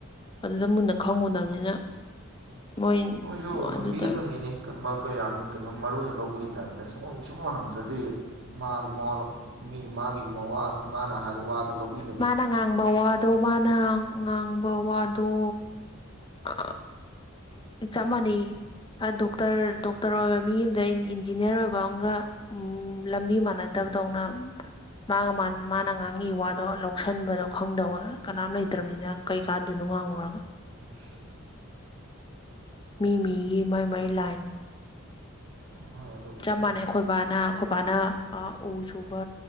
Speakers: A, on the left; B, on the right.
A: ꯑꯗꯨꯗ ꯃꯨꯟꯅ ꯈꯪꯉꯨꯗꯕꯅꯤꯅ ꯃꯣꯏ
B: ꯅꯣꯏꯁꯨ ꯍꯪꯕꯤꯒꯗꯕꯅꯤꯅꯦ
A: ꯑꯗꯨꯗ
B: ꯀ ꯀ ꯌꯥꯝꯅ ꯀꯩꯅꯣ ꯃꯔꯨ ꯑꯣꯏꯅ ꯂꯧꯕꯒꯤ ꯇꯥꯏꯞꯇ ꯁꯒꯝ ꯁꯒꯨꯝꯝ ꯍꯥꯡꯗ꯭ꯔꯗꯤ ꯃꯥꯗ ꯃ ꯃꯤ ꯃꯥꯒꯤ ꯃꯋꯥ ꯃꯥꯅ ꯍꯥꯏꯕ ꯋꯥꯗꯨ ꯂꯧꯕꯤ
A: ꯃꯥꯅ ꯉꯥꯡꯕ ꯋꯥꯗꯣ ꯃꯥꯅ ꯉꯥꯡꯕ ꯋꯥꯗꯣ ꯑ ꯆꯞ ꯃꯥꯟꯅꯩ ꯑ ꯗꯣꯛꯇꯔ ꯗꯣꯛꯇꯔ ꯑꯣꯏꯕ ꯃꯤ ꯑꯝꯗ ꯏꯟꯖꯤꯅꯤꯌꯔ ꯑꯣꯏꯕ ꯑꯝꯒ ꯎꯝ ꯂꯝꯕꯤ ꯃꯥꯟꯅꯗꯕꯗꯧꯅ ꯃꯥꯒ ꯃꯥꯅ ꯃꯥꯅ ꯉꯥꯡꯉꯤ ꯋꯥꯗꯣ ꯂꯧꯁꯤꯟꯕꯗꯣ ꯈꯪꯗꯧꯋꯦ ꯀꯅꯥꯝ ꯂꯩꯇ꯭ꯔꯝꯅꯤꯅ ꯀꯩꯀꯥꯟꯗꯣꯏꯅꯣ ꯉꯥꯡꯉꯨꯔꯒ
B: ꯏꯁ ꯂꯣꯏꯔꯦ
A: ꯃꯤ ꯃꯤꯒꯤ ꯃꯥꯏ ꯃꯥꯏ ꯂꯥꯏꯟ
B: ꯑ ꯍꯣꯏ ꯑꯗꯨ
A: ꯆꯞ ꯃꯥꯟꯅꯩ ꯑꯩꯈꯣꯏ ꯕꯥꯅ ꯑꯩꯈꯣꯏ ꯕꯥꯅ ꯑ ꯎ ꯁꯨꯕ